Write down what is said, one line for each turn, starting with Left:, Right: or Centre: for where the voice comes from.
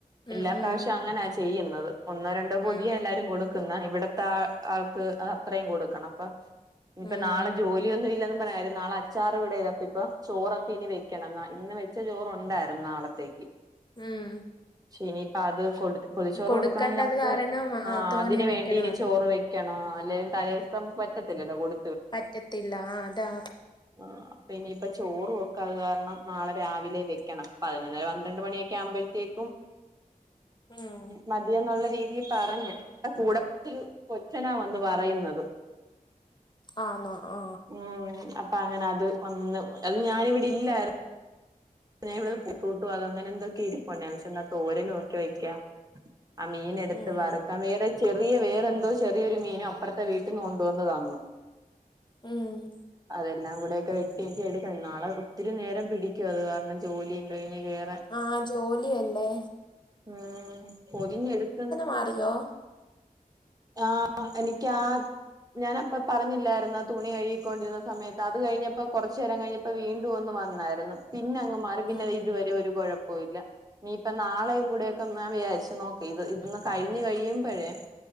Left: ഉം
Right: എല്ലാ പ്പ്രാ
Left: ഉം
Right: വശ്യവും അങ്ങനെ ചെയ്യുന്നത് ഒന്നോ രണ്ടോ പൊ
Left: ഉം
Right: തിയ എല്ലാരും കൊടു ക്കു ന്ന ഇവിടത്തെ ആ ആൾക്ക് ത് അത്രയും കൊടുക്കണം അപ്പൊ ഇപ്പൊ
Left: ഉം
Right: നാളെ ജോലിയൊന്നും ഇല്ല എന്ന് പറഞ്ഞുകാര്യം നാളെ അ അച്ചാറ് ഇവിടെ ഇതപ്പ ഇപ്പൊ ചോ റൊക്കെ ഇനി വെക്കണം എന്നാ ഇന്ന് വെച്ച ചോറുണ്ടായിരുന്നു നാളത്തേക്ക്
Left: ഉം
Right: പക്ഷെ ഇനിയിപ്പ അത് കൊടു പൊതിച്ചോറ്
Left: കൊടുക്കണ്ടത്
Right: കൊടുക്കണമെങ്കിൽ നമുക്ക്
Left: കാരണം
Right: ആ
Left: തോനെ
Right: അതിന്
Left: വെക്കണല്ലോ
Right: വേണ്ടി ഇനി ചോറ് വെക്ക ണോ അല്ലേലും തലേദി വസത്തെ നമുക്ക് പറ്റത്തില്ലോ കൊടു
Left: പറ്റത്തില്ല ആ അതാ
Right: ആ പിന്നയിപ്പ ചോറ് വെക്കാത് കാരണം നാളെ രാവിലെ വെക്കണം പതിനൊന്നര പന്ത്രണ്ട് മണിയൊക്കെ ആവുമ്പോത്തേക്കും
Left: ആഹ
Right: മതി എന്നുള്ള രീതിയിൽ പറഞ്ഞ് കൂടെ ഒരു കൊച്ചനാ വന്ന് പറയുന്നത്
Left: അന്നോ ആ
Right: ഉ അപ്പ അങ്ങനെ അത് വന്ന് അത് ഞാനിവിടെ ഇല്ലായി പിന്നെ ഇവിടെ ഫൂട്ടും അങ്ങനെ എന്തൊക്കെ ഇരിപ്പുണ്ട് ന്നാ വിചാരിച്ച് എന്നാൽ തോര നോക്കി വക്കാ ആ മീൻ എടുത്ത്
Left: ഉം
Right: വർക്ക വേ റെ ചെറിയ വേറെന്തോ ചെറിയൊരു മീനും അപ്പുറത്തെ വീട്ടിൽ നിന്ന് കൊണ്ട് വന്ന്‌ തന്ന്‌
Left: ഉം
Right: അതെല്ലാം കൂടെക്കെ വെട്ടി എടുക്ക നാളെ ഒത്തിരി നേരം പിടിക്കും അത് കാരണം ജോലിയും കഴിഞ്ഞ് കേറാൻ
Left: ആഹ ജോലി യാ ല്ലെ
Right: ഉം പൊതിഞ്ഞ് എടുക്കുന്ന്‌
Left: മാറിയോ
Right: ആഹ എനിക്കാ ഞാൻ അപ്പ പറഞ്ഞില്ലായിരുന്ന തുണി കഴുകിക്കൊണ്ടിരുന്ന സമയത്ത് അത് കഴിഞ്ഞപ്പോ കൊറച്ചു നേരം കഴിഞ്ഞ് ഇപ്പൊ വീണ്ടും ഒന്ന് വന്നായിരുന്നു പിനങ് മാറി പിന്നെ
Left: ഉം
Right: ദേ ഇതുവരെ ഒരു കുഴപ്പൊ ഇല്ല ഇനിയിപ്പ നാളെയും കൂടെക്കെഞാൻ വിചാരിച്ചു നോ ക്കി ഇത് ഇതൊന്ന് കഴിഞ്ഞു കഴിയുമ്പഴേ